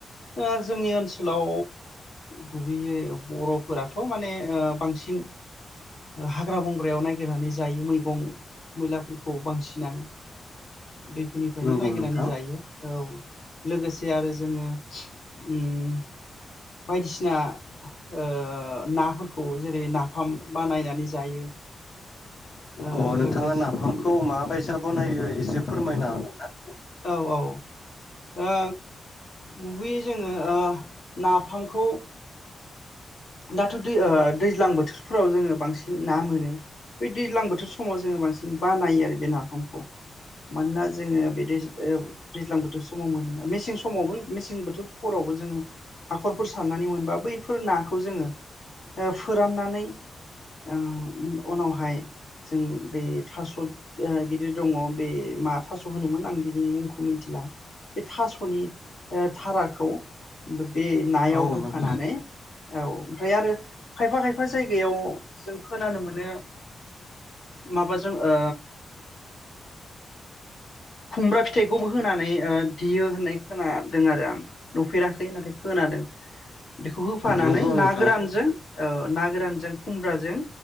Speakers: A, on the left; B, on the left.
A: ओ जोंनि ओनसोलाव गुबैयै बर'फोराथ माने ओ बांसिन ओ हाग्रा बंग्रायाव नायगिरनानैस जायो मैगं मैलाफोरखौ बांसिनानो बे दुखुनिफ्रायनो
B: नंगौ
A: नायगिरनानै
B: नोंथां
A: जायो औ लोगोसे आरो जोङो ओम बायदिसिना ओ नाफोरखौ जेरै नाफाम बानायनानै जायो। ओ
B: अ नोंथाङा
A: लोगोसे
B: नाफामखौ माबायसा बनायो एसे फोरमायना हागोन ना
A: औ औ ओ गुबैयै जोङो ओ नाफामखौ दाथ' दै दैज्लां बोथोरफोराव जोङो बांसिन ना मोनो ब दैज्लां बोथोर समाव जोङो बांसिन बानायो आरो बे नाफामखौ मानोना जोङो बे दै दैज्लां बोथोर समाव मोनो मेसें समावबो मेसें बोथोरफोरावबो जोङो हाखरफोर सारनानै मोनबा बैफोर नाखौ खौ जोङो ओ फोराननानै ओ उनावहाय जों बे थास गिदिर दङ बे मा थास होनोमोन आं बिनि मुंखौ मिथिला बे थासनि थाराखौ बे नायाव
B: हागोन
A: होफानानै
B: औ
A: औ ओमफ्राय आरो खायफा खायफा जायगायाव जों खोनानो मोनो माबाजों ओ खुमब्रा फिथाइखौबो होनानै ओ देयो होननाय खोनादों आरो आं नुफेराखै नाथाय खोनादों बेखौ होफानानै
B: नंगौ नोंथां
A: ना गोरानजों ओ ना गोरानजों खुब्राजों